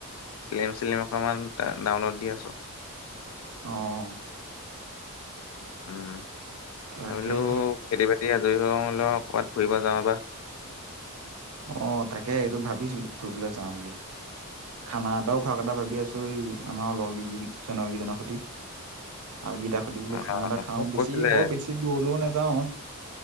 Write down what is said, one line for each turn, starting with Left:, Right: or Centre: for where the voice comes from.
Left: ফিলিম-চিলিম অকণমান, ডাউনলোড দি আছোঁ।
Right: অ'!
Left: উম!
Right: তাকেহে
Left: <unintelligible> খেতি- বাতি আজৰি হ'লেও, ক'ৰবাত ফুৰিব যাওঁ, বা।
Right: অ'! তাকে, এইটো ভাবিছিলোঁ! ফুৰিবলৈ যাওঁ বুলি। খানা এটাও খোৱাৰ কথা ভাবি আছোঁ! এই, আমাৰ লগ, জনকেইজনৰ সৈতে। আৰু <unintelligible> বোলো,
Left: অ'
Right: খানা এটা খাওঁ।
Left: মোক কৈছিলে
Right: বেছি বৰ, বেছি দূৰলেও নাযাওঁ।